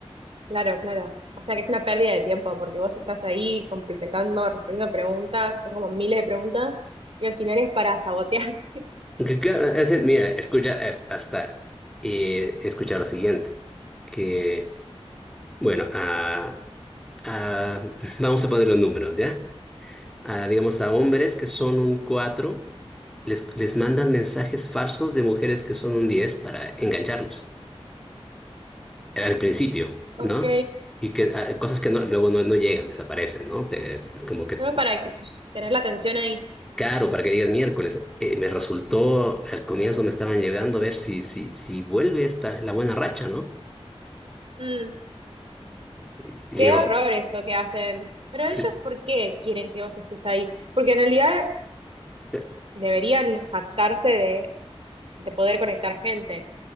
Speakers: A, on the right; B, in the centre.
A: Claro, claro. O sea que es una pérdida de tiempo porque vos estás ahí completando, respondiendo preguntas, son como miles de preguntas y al final es para sabotearte. <laughs>
B: Que claro, es decir, mira, escucha es- hasta eh, escuchar lo siguiente, que, bueno, ah, ah, vamos a poner los números, ¿ya? a, digamos, a hombres que son un 4 les, les mandan mensajes falsos de mujeres que son un 10 para engancharlos. eh, Al principio,
A: Ok,
B: ¿no? Y que ah, cosas que no- luego no, no llegan, desaparecen, ¿no? Te- como que,
A: solo para que- tener la atención ahí.
B: claro, para que digas miércoles, eh, me resultó, al comienzo me estaban llegando a ver si, si, si vuelve esta, la buena racha, ¿no?
A: Mm,
B: Y, y
A: qué
B: yo no
A: horror
B: sé,
A: eso que hacen. Pero ellos,
B: sí,
A: ¿por qué quieren que vos estés ahí? Porque en realidad
B: eh,
A: deberían jactarse de, de poder conectar gente.